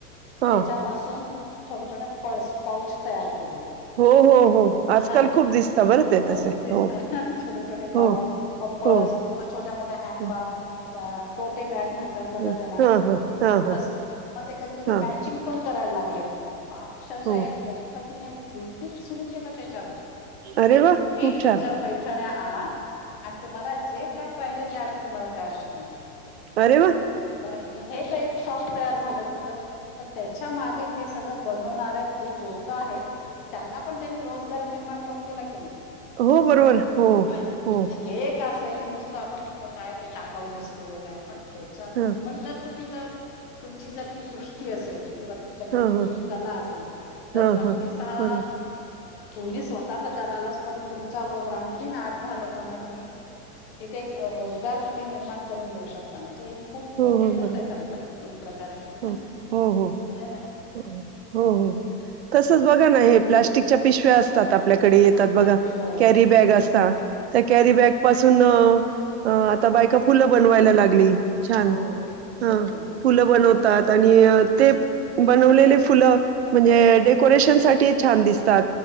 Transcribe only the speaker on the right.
हां.
हो, हो, हो. आजकाल
खूप दिसता बरं
ते तसे.
हो,
हो,
हो,
हो.
ह
हा हा हा
हा
हा
हो
अरे वा खूप
छान
अरे वा
हो बरोबर हो
हो
हा
हा
हा
हा
बरोबर
हो
हो
बरोबर
हो हो हो
हो
हो
तसच बघा ना हे प्लास्टिकच्या पिशव्या अस त्यात आपल्याकडे येतात बघा
कॅरीबॅग
असता तर कॅ पासून आता बायका फुलं बनवायला लागली छान
हा
फुलं बनवतात आणि ते बनवलेले फुलं म्हणजे डेकोरेशन साठी छान दिसतात